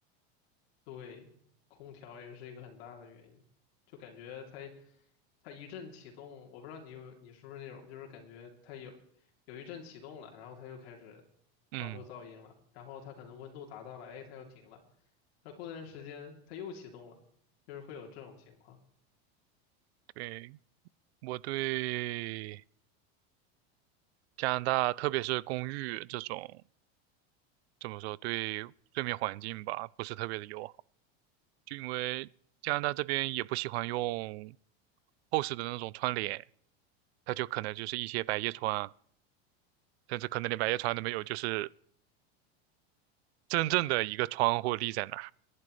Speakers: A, on the left; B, on the right.
A: 对，空调也是一个很大的原因，就感觉它它一阵启动，我不知道你有你是不是那种，就是感觉它有有一阵启动了，然后它就开始
B: 嗯，
A: 发出噪音了，然后它可能温度达到了，哎，它又停了，它过段时间它又启动了，就是会有这种情况。
B: 对，我对加拿大，特别是公寓这种，怎么说，对睡眠环境吧，不是特别的友好。就因为加拿大这边也不喜欢用厚实的那种窗帘，它就可能就是一些百叶窗，甚至可能连百叶窗都没有，就是真正的一个窗户立在那儿，